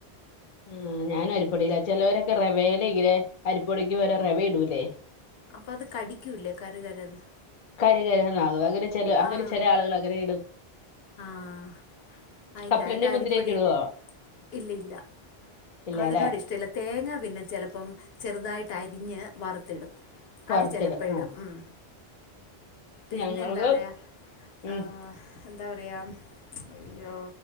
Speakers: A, on the left; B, on the left.
A: ആഹ് ഞാനും അരിപ്പൊടിയില ചെലവരൊക്കെ റവേല്ങ്ങനെ അരിപ്പൊടിക്ക് പകരം റവ ഇടൂല്ലേ.
B: അപ്പൊ അത് കടിക്കൂല്ലേ കര്കരന്ന്
A: കരികരന്നാകും അങ്ങനെ ചെല അങ്ങനെ
B: ആഹ്
A: ചില ആളുകൾ അങ്ങനെ ഇടും.
B: ആഹ് അത് ഇല്ല
A: കപ്പലണ്ടി
B: ഇത് അരിപ്പൊടി
A: മുന്തിരിയൊക്കെ ഇടുവോ
B: ഇല്ല ഇല്ല
A: ഇല്ലാല്ലേ
B: അതിനോട് ഇഷ്ടല്ല. തേങ്ങ പിന്നെ ചെലപ്പം ചെറുതായിട്ട് അരിഞ്ഞ് വറുത്തിടും.
A: വറുത്തിടും
B: അത് ചിലപ്പോ ഇടും
A: ആ
B: ഉം. പിന്നെ
A: ഞങ്ങൾക്ക്
B: എന്താ പറയ
A: ഉം
B: ആഹ് എന്താ പറയ അയ്യോ